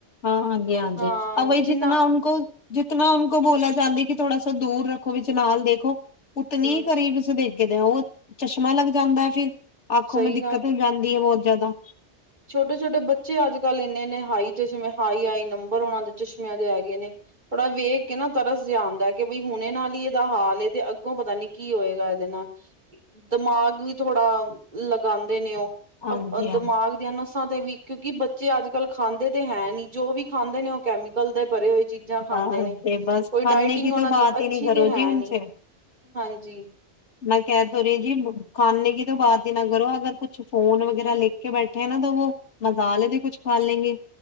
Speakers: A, on the left (about 75°); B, on the right (about 40°).
A: ਹਾਂ ਹਾਂਜੀ ਹਾਂਜੀ
B: ਹਾਂ
A: ਅ ਵਹੀ
B: ਜਿੰਨਾ
A: ਜਿਤਨਾ ਉਨ ਕੋ ਜਿਤਨਾ ਉਹ ਕੋ ਬੋਲ ਚਾਹੁੰਦੀ ਕਿ ਥੋੜਾ ਸ ਦੂਰ ਰੱਖੋ ਵਿਚ ਨਾਲ ਦੇਖੋ ਉਤਨੀ
B: ਹੂੰ
A: ਕਰੀਬਸੇ ਦੇਖ ਉਹ ਚਸ਼ਮਾ ਲੱਗ ਜਾਂਦਾ ਹੈ ਫਿਰ ਆਖੋ
B: ਸਹੀ
A: ਮੈ ਦਿੱਕਤ ਹੋ ਜਾਂਦੀ ਹੈ ਬਹੁਤ ਜ਼ਿਆਦਾ
B: ਛੋਟੇ- ਛੋਟੇ ਬੱਚੇ ਅੱਜ ਕੱਲ੍ਹ ਇੰਨੇ ਇੰਨੇ ਹਾਈ ਚਸ਼ਮੇ ਹਾਈ- ਹਾਈ ਨੰਬਰ ਉਹਨਾਂ ਦੇ ਚਸ਼ਮਿਆਂ ਦੇ ਹੈਗੇ ਨੇ। ਥੋੜਾ ਵੇਖ ਕੇ ਨਾ ਤਰਸ ਜੇਆ ਆਂਦਾ ਕਿ ਬਈ ਹੁਣੇ ਨਾਲ ਹੀ ਇਹਦਾ ਹਾਲ ਏ ਤੇ ਅੱਗੋਂ ਪਤਾ ਨੀ ਕੀ ਹੋਏਗਾ ਇਹਦੇ ਨਾਲ ਦਿਮਾਗ ਵੀ ਥੋੜ੍ਹਾ ਲਗਾਂਦੇ ਨੇ ਉਹ
A: ਹਾਂਜੀ
B: ਅ
A: ਹਾਂ
B: ਦਿਮਾਗ ਦੀਆਂ ਨਸਾਂ ਤੇ ਵੀ ਕਿਉਂਕਿ ਬੱਚੇ ਅੱਜ-ਕੱਲ ਖਾਂਦੇ ਤੇ ਹੈ ਨੀ ਜੋ ਵੀ ਖਾਂਦੇ ਨੇ ਓ ਕੈਮੀਕਲ ਦੇ ਭਰੇ ਹੋਏ। ਚੀਜ਼ਾਂ ਖਾਂਦੇ
A: ਬਸ
B: ਨੇ।
A: ਤੇ ਬਸ
B: ਕੋਈ
A: ਖਾਨੇ
B: ਡਾਇਟਿੰਗ
A: ਕੀ
B: ਉਹਨਾਂ
A: ਤੋ
B: ਦੀ
A: ਬਾਤ
B: ਅੱਛੀ
A: ਈ ਨੀ ਕਰੋ
B: ਤੇ ਹੈ
A: ਜੀ ਉਨਸੇ।
B: ਨੀ ਹਾਂਜੀ
A: ਮੈਂ ਕੈ ਤੋ ਰਈ ਥੀ ਖਾਨੇ ਕੀ ਤੋ ਬਾਤ ਈ ਨਾ ਕਰੋ ਅਗਰ ਕੁਛ ਫੋਨ ਵਗੈਰਾ ਲੇ ਕੇ ਬੈਠੇ ਐ ਨਾ ਤੋ ਵੋ ਮਜ਼ਾਲ ਐ ਦੀ ਕੁਛ ਖਾ ਲੇਂਗੇ,